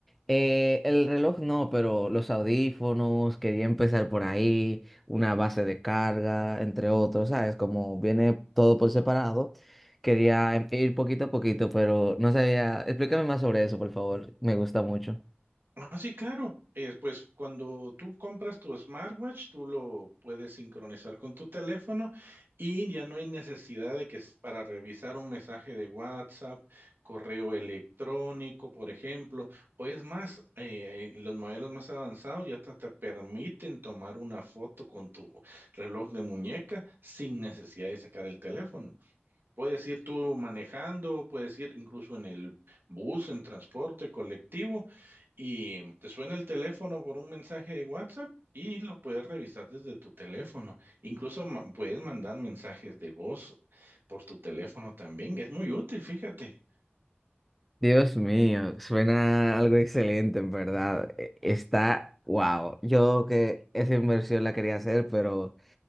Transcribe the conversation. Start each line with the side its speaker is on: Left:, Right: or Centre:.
Centre: eh, el reloj no, pero los audífonos, quería empezar por ahí, una base de carga, entre otros, ¿sabes? Como viene todo por separado, quería em- ir poquito a poquito, pero no sabía. Explícame más sobre eso, por favor. Me gusta mucho.
Right: Ah, sí, claro. Eh, pues cuando tú compras tu smartwatch, tú lo puedes sincronizar con tu teléfono y ya no hay necesidad de que s- para revisar un mensaje de WhatsApp, correo electrónico, por ejemplo, o es más, eh, eh, los modelos más avanzados ya hasta te permiten tomar una foto con tu reloj de muñeca sin necesidad de sacar el teléfono. Puedes ir tú manejando, puedes ir incluso en el bus, en transporte colectivo, y te suena el teléfono por un mensaje de WhatsApp y lo puedes revisar desde tu teléfono. Incluso ma- puedes mandar mensajes de voz por tu teléfono también. Es muy útil, fíjate.
Centre: Dios mío, suena algo excelente, en verdad. E- Está, wow. Yo que esa inversión la quería hacer, pero